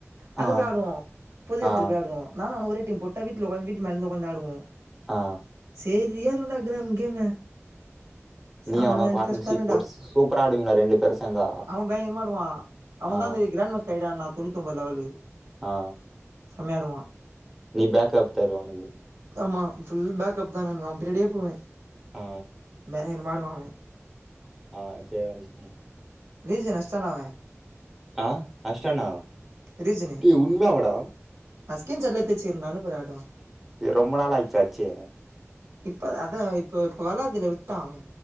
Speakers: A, on the right; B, in the centre.
A: அங்க
B: ஆ
A: போய் ஆடுவோ பொது எடத்துல
B: ஆ
A: போய் ஆடுவோ நானு அவனு ஒரே டீம் போட்ட வீட்ல ஒக்காந்து வீட்டு மேல தா ஒக்காந்தாடுவோ
B: ஆ
A: செர்ரியாருக்குடா கிராம் கேமு செம்ம
B: நீ அவனு
A: இன்ரஸ்டாருக்குடா
B: பார்ட்னர்ஷிப் போட்டு சூப்பரா ஆடுவீங்களா ரெண்டு பேரும் சேந்தா
A: அவ பயங்கரமா ஆடுவா அவன்
B: ஆ
A: தா இந்த கிராண் மஸ்டர்ட ஆட்னா தொண்ணூத்தொம்பது லெவலு
B: ஆ
A: செம்மையாடுவா
B: நீ பேக் அப் தருவ அவனக்கு
A: ஆமா ஃபுல் பேக்அப் தா நானு அவ பின்னாடியே போவ
B: ஆ
A: பயங்கரமா ஆடுவா அவெ
B: ஆ செர்ரா விஷ்னி
A: ரீஜன் அஸ்டான்டா அவெ
B: ஆ அஸ்டான்னா
A: ரீஜனு
B: டேய் உண்மையா வாடா
A: நா ஸ்கீன் சாட்ல எத்து வச்சிகிரன்டா அனுப்புற அது
B: இது ரொம்ப நாள் ஆயிச்சா அச்சீ
A: இப்ப அதா இப்ப இப்ப வெலார்தில்ல விட்டா அவெ